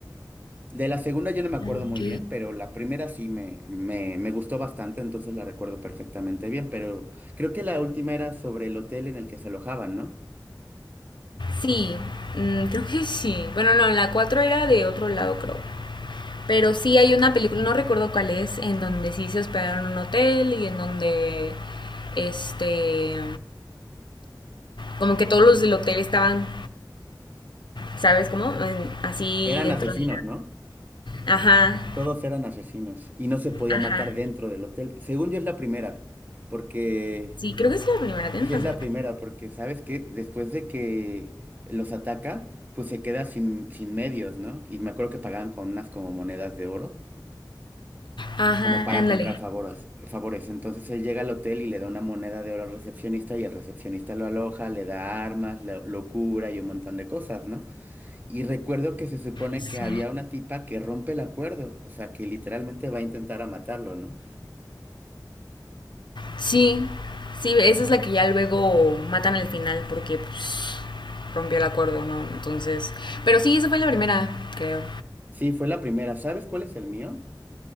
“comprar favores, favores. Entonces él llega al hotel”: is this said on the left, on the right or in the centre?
Right